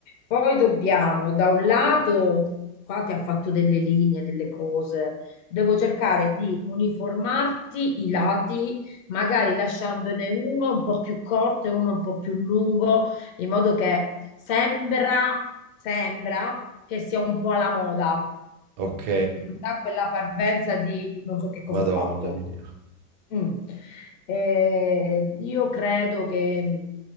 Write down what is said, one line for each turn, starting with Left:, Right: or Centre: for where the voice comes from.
Left: Poi dobbiamo, da un lato, qua ti ha fatto delle linee, delle cose, devo cercare di uniformarti i lati, magari lasciandone uno un po' più corto e uno un po' più lungo, in modo che sembra, sembra che sia un po' alla moda
Right: ok,
Left: non dà quella parvenza di non so che cosa
Right: Madonna
Left: ho fatto.
Right: mia.
Left: Mm. Eh, io credo che mm,